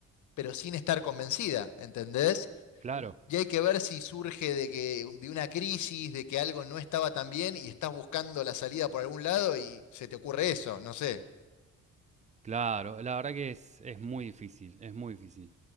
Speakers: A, on the left; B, on the right.
A: pero sin estar convencida, ¿entendés?
B: Claro.
A: Y hay que ver si surge de que de una crisis, de que algo no estaba tan bien y estás buscando la salida por algún lado y se te ocurre eso, no sé.
B: Claro, la verdad que es, es muy difícil, es muy difícil.